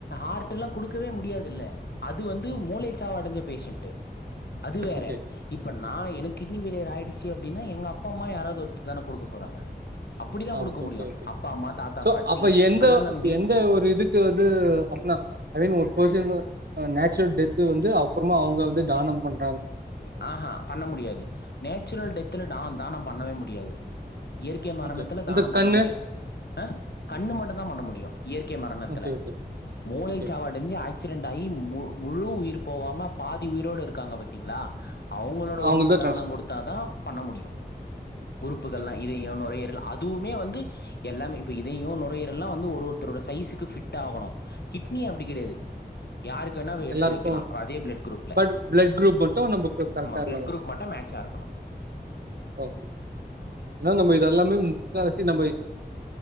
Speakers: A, on the left; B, on the right.
A: ஆர்ட் எல்லா கொடுக்கவே முடியாதுல்ல அது வந்து மூளை சாவு அடைஞ்ச பேஷன்ட் அது வேற
B: ஓகே
A: இப்ப நா எனக்கு கிட்னி ஃபைல்லியர் ஆயிடுச்சு அப்படின்னா எங்க அப்பா அம்மா யாராவது ஒருத்து தான கொடுக்க போறாங்க அப்படித்தா
B: ஆ
A: கொடுக்க
B: ஓகே
A: முடியு
B: ஓகே
A: அப்பா அம்மா தாத்தா
B: சோ
A: பாட்டி
B: அப்ப எந்த
A: அண்ண தம்பி
B: எந்த ஒரு இதுக்கு வந்து அப்பனா ஐ மீன் ஒரு பெர்சன் நேச்சுரல் டெத்து வந்து அப்புறமா அவங்க வந்து தானம் பண்
A: ஆ அ பண்ண முடியாது நேச்சுரல் டெத்துல தா தானம் பண்ணவே முடியாது இயற்கை மரணத்துல
B: ஓகே இந்த
A: தானம் பண்ண
B: கண்ணு
A: முடியாது அ கண்ணு மட்டும்தா பண்ண முடியு இயற்கை மரணத்துல
B: ஓகே ஓகே
A: மூளை
B: ஓகே
A: சாவ அடைஞ்சு ஆக்சிடெட் ஆகி முழு உயிர்ப் போவாம பாதி உயிரோடு இருக்காங்க பாத்தீங்களா அவங்களோட
B: அவங்கள்தா
A: உறுப்ப
B: டிரான்ஸ்
A: தானம் கொடுத்தாதா பண்ண முடியு உறுப்புகல்லா
B: ஓகே
A: இதையோ நுரையீர அதுவுமே வந்து எல்லாமே இப்ப இதயோ நுரையீறலா வந்து ஒருத்தரோட சைசுக்கு பிட் ஆகணு கி ட்னி அப்படி கிடையாது யாருக்கு வெனா எடுத்து
B: எல்லாருக்கு
A: வைக்கலா அதே பிளட் குரூப்
B: பட் பிளட் கு த்து நம்பக்கு கரெக்டா இருக்காங்க
A: பிளட் குரூப் மட்டு மேட்சா இருக்கணு
B: ஓகே ஏன்னா நம்ம இதெல்லாமே முக்காவாசி நம்ப